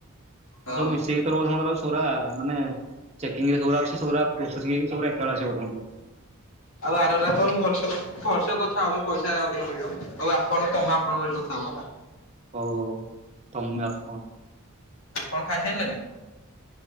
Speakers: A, on the left; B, on the right.
A: ହଁ।
B: ଆଉ ସବୁ ମିଶେଇକି ତୋର ବୋଧେ ମତେ ଲାଗୁଚି ସେଗୁରା ମାନେ ଚେକିଙ୍ଗରେ ଯୋଉଁଗୁରା ଅଛି ସବୁଗୁରା ପ୍ରୋସେସିଂ ହେଇକି ସବୁଗୁରା ଏକାବେଳେ ଆସିବ ବୋଧେ ମତେ।
A: ଆଉ ଆରରା ତ କଣ ଭଲସ ତ ଖର୍ଚ୍ଚ କଥା ହବେ ପଇସାା ଅଧିକ ମିଳିବ ଆଉ ଆପଣ ତମା ଆପଣଙ୍କ କଥା ହବ ହେଲା।
B: ହୋଉ ହୋଉ ତମେ ଆପଣ।
A: କଣ ଖାଇସାରିଲେଣିି?